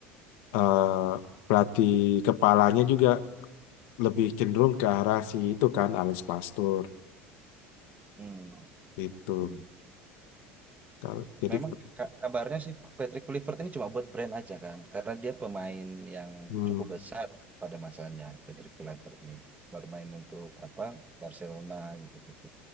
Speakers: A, on the left (about 75°); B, on the right (about 25°).
A: eh, pelatih kepalanya juga lebih cenderung ke arah si itu kan Alex Pastur
B: hmm.
A: itu
B: Hmm.
A: Kalau- jadi
B: Memang ka- kabarnya sih Patrick Kluivert ini cuma buat brand aja kan, karena dia pemain yang
A: hmm,
B: cukup besar pada masanya Patrick Kluivert nih bermain untuk apa Barcelona gitu gitu.